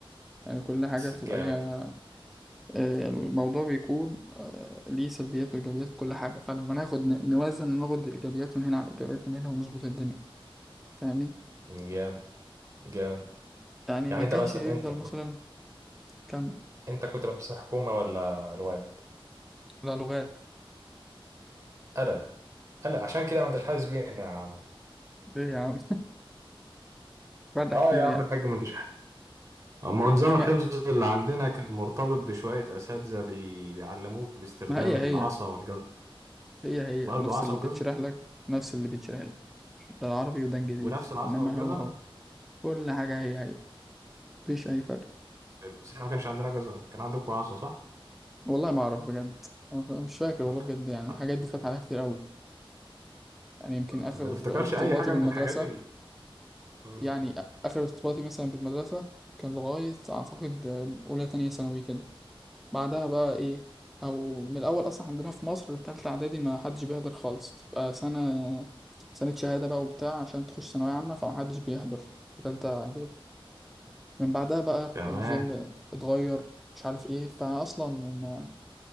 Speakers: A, in the centre; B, on the right.
A: يعني كل حاجه بتبقى
B: جامد
A: ليها آه، الموضوع بيكون آه، ليه سلبيات وايجابيات كل حاجه فلما ناخد ن- نوزن ناخد الايجابيات من هنا على الايجابيات من هنا ونظبط الدنيا فاهمني
B: جامد جامد
A: يعني
B: يعني
A: ما كانش
B: انت مثلا
A: يفضل
B: انت
A: مثلا كام
B: انت كنت مدرسة حكومة ولا الواد؟
A: لا لغات
B: لا لا لا لا، عشان كده ما انتش حاسس بينا يا عم
A: ليه يا عم فرق
B: اه
A: كتير
B: يا
A: يعني
B: عم الحاج ما انتش حاسس اما نظام
A: مش فرق
B: الحفظ اللي عندنا كان مرتبط بشوية أساتذة بي... بيعلموك باستخدام
A: ما هي
B: العصا
A: هي
B: والجزر
A: هي هي
B: برضه
A: نفس
B: عصا
A: اللي
B: وجزر
A: بتشرح لك نفس اللي بيتشرح لي ده العربي وده انجليزي
B: ونفس العصا
A: انما
B: والجزرة
A: هو هو كل حاجة هي هي مفيش اي فرق
B: بس احنا ما كانش عندنا جزرة كان عندكم عصا صح؟
A: والله ما اعرف بجد أنا مش فاكر والله
B: <laughs>
A: بجد يعني الحاجات دي فات عليها كتير قوي يعني يمكن اخر
B: ما تفتكرش
A: ارتباطي
B: أي حاجة
A: بالمدرسة
B: من الحاجات ال... مم.
A: يعني اخر ارتباطي مثلا بالمدرسة كان لغاية اعتقد اولى تانية ثانوي كده بعدها بقى ايه او من الاول اصلا عندنا في مصر تالتة اعدادي ما حدش بيحضر خالص تبقى سنة سنة شهادة بقى وبتاع عشان تخش ثانوية عامة فما حدش بيحضر في تالتة اعدادي من بعدها بقى
B: تمام
A: النظام اتغير مش عارف ايه فاصلا ما-